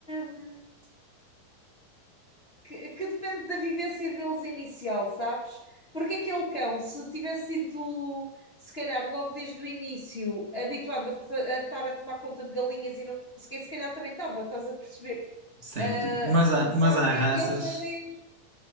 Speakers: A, on the left (about 75°); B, on the right (about 30°).
A: hum, que, que depende da vivência deles inicial, sabes? Porque aquele cão, se tivesse sido, se calhar, logo desde o início, habituado a, fa- a estar a tomar conta de galinhas e não sei o quê, se calhar também estava, estás a perceber?
B: certo,
A: Ah,
B: mas há,
A: só
B: mas há
A: que
B: raças
A: ele já veio a